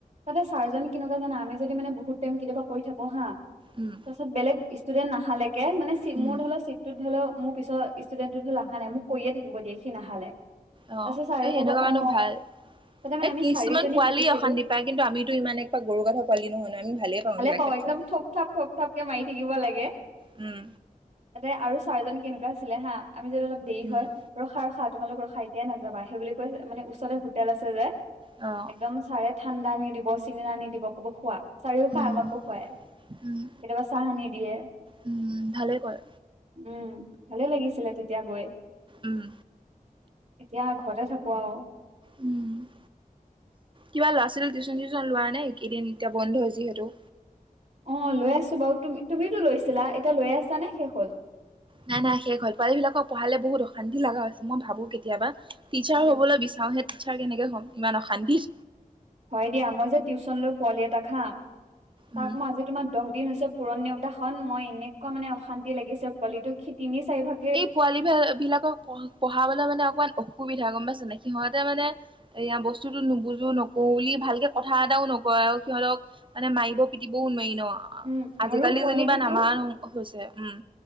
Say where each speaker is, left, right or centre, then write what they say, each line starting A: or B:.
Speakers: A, on the right (about 50°); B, on the right (about 35°).
A: তহঁতৰ ছাৰজন কেনেকুৱা জানা আমি যদি মানে বহুত টাইম কেতিয়াবা কৰি থাকোঁ হা
B: উম
A: তাৰপাছত বেলেগ ষ্টুডেন্ট নাহালৈকে মানে চি
B: উম
A: মোৰ ধৰি ল চিট তোৰ ধৰি ল মোৰ পিছত ষ্টুডেণ্টত ধৰি ল অহা নাই মোক কৰিয়ে থাকিব দিয়ে সি নাহালে।
B: অ'
A: তাৰপিছত ছাৰে
B: এ,
A: ক'ব
B: এনেকুৱা মানহ
A: অ
B: ভাল।
A: তাতে মানে
B: এ,
A: আমি
B: কিছুমান
A: চাৰিজনী
B: পোৱালি
A: শিকিছিলো
B: অশান্তি পায় কিন্তু আমিতো ইমান একেবাই গৰু গাধ পোৱালি নহয় নহয়, আমি ভালে পাওঁ এইবিলাক।
A: অ'
B: ক্ষেত্ৰত
A: একদম থপ ঠাপ থপ ঠাপকে মাৰি থাকিব লাগে।
B: উম।
A: তাতে আৰু চাৰজন কেনেকুৱা আছিলে হা, আমি যদি অলপ দেৰি
B: উম
A: হয় ৰখা ৰখা তোমালোক ৰখা এতিয়া নাযাবা সেই বুলি কৈ মানে ওচৰে হোটেল আছে যে
B: অ'।
A: একদম চাৰে ঠাণ্ডা আনি দিব, চিঙৰা আনি দিব ক'ব খোৱা। ছাৰে ও খাই
B: উম
A: আমাকো খুৱাই।
B: উম
A: কেতিয়াবা চাহ আনি দিয়ে।
B: উম ভালে কৰে
A: উম, ভালে লাগিছিলে তেতিয়া গৈ।
B: উম
A: এতিয়া ঘৰতে থাকোঁ আৰু।
B: উম। কিবা ল'ৰা ছোৱালীৰ টিউচন চিউচন লোৱা নে কেইদিন এতিয়া বন্ধ যিহেতু।
A: অ' লৈ আছোঁ বাৰু। তু-তুমিওতো লৈছিলা এতিয়া লৈ আছা নে শেষ হ'ল?
B: নাই নাই শেষ হ'ল। পোৱালীবিলাকক পঢ়ালে বহুত অশান্তি লগা হৈছে, মই ভাবোঁ কেতিয়াবা টিচাৰ
A: উম
B: হ'বলৈ বিচ আওঁ হে টিচাৰ কেনেকে হ'ম ইমান অশান্তিত।
A: হয় দিয়া, মই যে টিউচন লৈ পোৱালি এটাক হা
B: উম
A: তাক মই আজি তোমাৰ দহদিন হৈছে পুৰণ নেওতাখন, মই এনেকুৱা মানে অশান্তি লাগিছে পোৱালিটো সি তিনি চাৰিভাগ
B: এই পোৱালিবি-বিলাকক পঢ়াবলৈ মানে অকমান অসুবিধা গম পাইছ নে সিহঁতে মানে এয়া বস্তুটো নুবুজো নকও বুলি ভালকে কথা এটাও নকয় আৰু সিহঁতক মানে মাৰিব পিটিবও নোৱাৰি ন'
A: উম
B: আজিকালি
A: আৰু পোৱালিকিটো
B: যেনিবা নামাৰা হৈছে, উম।